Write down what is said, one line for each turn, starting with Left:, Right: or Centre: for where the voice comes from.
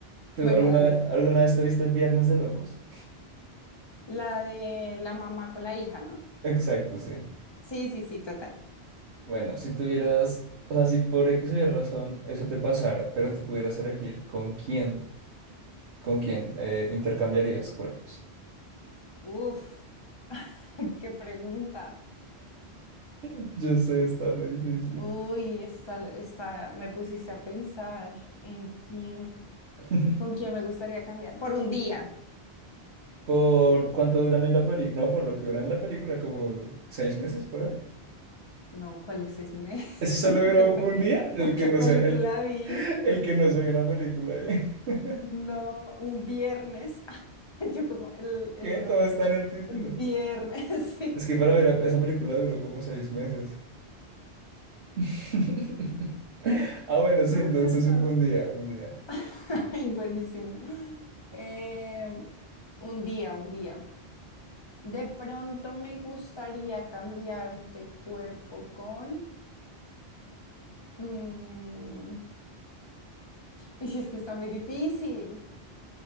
Right: ¿Tú
Left: Bueno,
Right: alguna,
Left: dale, dale.
Right: alguna vez te viste Viernes de Locos?
Left: La de la mamá con la hija, ¿no?
Right: Exacto, sí.
Left: Sí, sí, sí, total.
Right: Bueno, si tuvieras, o sea, si por X o Y razón eso te pasara, pero tú pudieras elegir con quién, con quién eh, intercambiarías cuerpos.
Left: Uf, <laughs> qué pregunta.
Right: <laughs> Yo sé, está re difícil.
Left: Uy, está, está, me pusiste a pensar en quién,
Right: <laughs>
Left: con quién me gustaría cambiar. Por un día.
Right: ¿Por cuánto duran en la película? No, por lo que duran en la película, como seis meses por ahí.
Left: No, ¿cuáles seis meses?
Right: Eso solo
Left: <laughs> ¿Tú
Right: dura
Left: qué,
Right: un
Left: pe-
Right: día, el
Left: tú
Right: que
Left: qué
Right: no
Left: película
Right: se, el,
Left: viste?
Right: el que no se vio la película. ¿eh? <laughs>
Left: No, un viernes. <laughs> Yo como el, el
Right: Que todo
Left: nombre.
Right: está en el título.
Left: Un viernes, <laughs> sí.
Right: Es que para mí la- esa película duró como seis meses. <laughs> Ah, bueno,
Left: No
Right: sí, entonces
Left: no seas loco.
Right: un día, un día.
Left: <laughs> Ay, buenísimo. Eh, un día, un día. De pronto me gustaría cambiar de cuerpo con... mm, Y si es que está muy difícil.